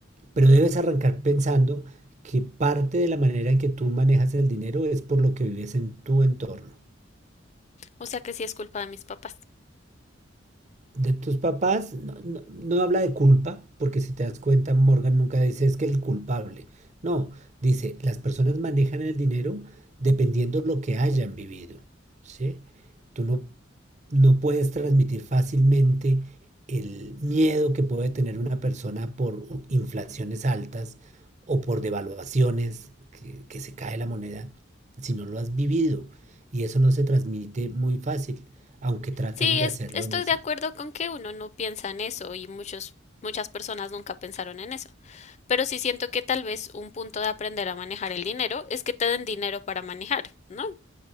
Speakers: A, on the right; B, on the left.
A: pero debes arrancar pensando que parte de la manera en que tú manejas el dinero es por lo que vives en tu entorno.
B: O sea que sí es culpa de mis papás.
A: De tus papás no, no- no habla de culpa, porque si te das cuenta, Morgan nunca dice es que el culpable. No, dice, las personas manejan el dinero dependiendo lo que hayan vivido, ¿sí? Tú no, no puedes transmitir fácilmente el miedo que puede tener una persona por u- inflaciones altas o por devaluaciones, que, que se cae la moneda, si no lo has vivido. Y eso no se transmite muy fácil, aunque tratan
B: Sí,
A: de
B: es-
A: hacerlo
B: estoy
A: en ese
B: de acuerdo con que uno no piensa en eso y muchos, muchas personas nunca pensaron en eso. Pero sí siento que tal vez un punto de aprender a manejar el dinero es que te den dinero para manejar, ¿no?